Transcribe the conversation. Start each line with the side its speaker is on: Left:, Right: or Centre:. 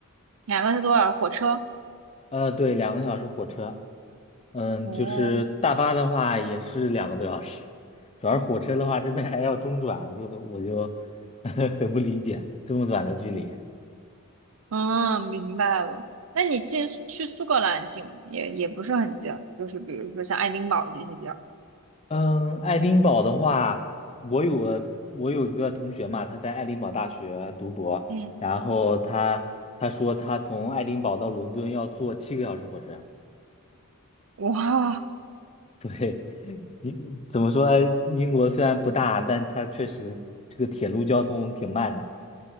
Right: 两个是多少火车？
Left: 呃，对，两个小时火车。嗯，
Right: 哦，
Left: 就是大巴的话也是两个多小时，主要是火车的话，这边还要中转，就我就 <laughs> 很不理解这么短的距离。
Right: 嗯，明白了。那你进去苏格兰近吗？也也不是很近，就是比如说像爱丁堡这些地儿。
Left: 嗯，爱丁堡的话，我有个我有一个同学嘛，他在爱丁堡大学读博，
Right: 嗯，
Left: 然后他他说他从爱丁堡到伦敦要坐七个小时火车。
Right: 哇。
Left: <laughs> 对，你怎么说？英国虽然不大，但它确实这个铁路交通挺慢的。